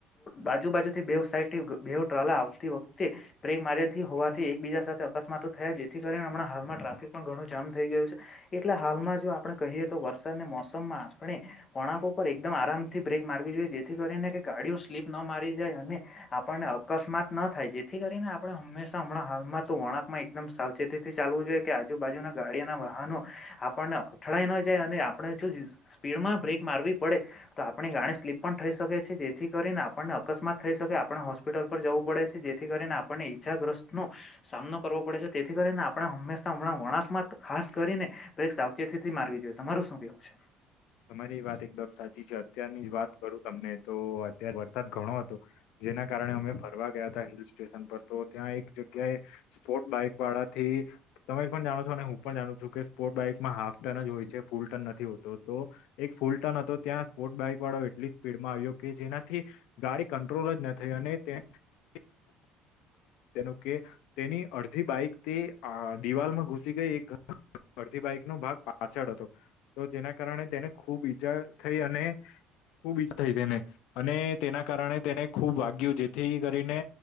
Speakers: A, on the left (about 30°); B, on the left (about 80°).
A: બાજુ બાજુથી બેવ સાઇડ થી બેવ ટ્રલા આવતી વખતે બ્રેક મારથી હોવાથી એકબીજા સાથે અકસ્માતો થયા જેથી હમણાં હાલમાં ટ્રાફિક પણ ઘણું જામ થઈ ગયું છે એટલા હાલમાં જો આપણે કહીએ તો વરસાદને મોસમમાં આપણે વણાકો પર એકદમ આરામથી બ્રેક મારવી જોઈએ જે જેથી કરીને કે ગાડીઓ સ્લીપ ના મારી જાય અને આપણને અકસ્માત ન થાય જેથી કરીને આપણે હંમેશા હમણાં હાલમાં તો વળકમાં એકદમ સાવચેતી થી ચાલવું જોઈએ કે આજુબાજુના ગાડીના વાહનો આપ પણ અથડાઈ ના જાય અને આપણે જો સ્પીડમાં બ્રેક મારવી પડે તો આપણી ગાડી સ્લીપ પણ થઈ શકે છે જેથી કરીને આપણને અકસ્માત થઈ શકે આપણે હોસ્પિટલ પર જવું પડે છે જેથી કરીને આપણને ઈજ્જાગ્રસ્ત ન સામનો કરવો પડે છે તેથી કરીને આપણે હંમેશા હમણાં વળાકમાં ખાસ કરીને તો એક સાવચેતી થી મારવી જોઈએ તમારું શું કેવું છે
B: તમારી વાત એકદમ સાચી છે અત્યારની જ વાત કરું તમને તો અત્યારે વરસાદ ઘણો હતો જેના કારણે અમે ફરવા ગયા હતા હિલ સ્ટેશન પર તો ત્યાં એક જગ્યાએ સ્પોર્ટ બાઈક વાળા થી તમે પણ જાણો છો અને હું પણ જાણ છું કે સ્પોર્ટ બાઈકમાં હાફ ટન જ હોય છે ફૂલ ટન નથી હોતો તો એક ફૂલ ટર્ન હતો ત્યાં સ્પોર્ટ બાઈક વાળો એટલી સ્પીડમાં આવ્યો કે જેનાથી ગાડી કંટ્રોલ થાય અને <unintelligible>
A: <inaudible>
B: <inaudible> તેનું કે તેની અડધી બાઈકથી અ દિવાલમાં ઘુસી ગઈ એક ફરતી બાઈક નો ભાગ પાછળ હતો તો જેના કારણે તેને ખુબ ઈજા થઈ અને ખૂબ ઇજા થઈ તેને અને તેના કારણે તેને ખૂબ વાગ્યું જેથી કરીને